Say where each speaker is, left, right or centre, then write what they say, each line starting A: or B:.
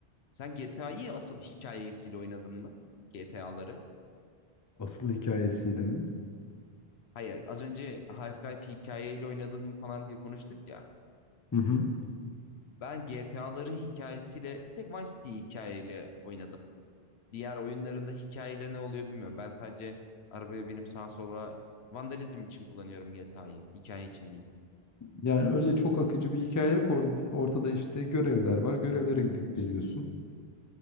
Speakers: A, on the left (about 85°); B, on the left (about 25°).
A: sen GTA'yı asıl hikayesiyle oynadın mı? GTA'ları.
B: Asıl hikayesiyle mi?
A: Hayır, az önce Half-Life hikayeyle oynadın mı falan diye konuştuk ya.
B: Hı hı.
A: Ben GTA'ları hikayesiyle bir tek Vice City hikayeyle oynadım. Diğer oyunlarında hikayeyle ne oluyor bilmiyorum. Ben sadece arabaya binip sağa sola vandalizm için kullanıyorum GTA'yı. Hikaye için değil.
B: Yani öyle çok akıcı bir hikaye yok. Or- Ortada işte görevler var. Görevlere gidip geliyorsun.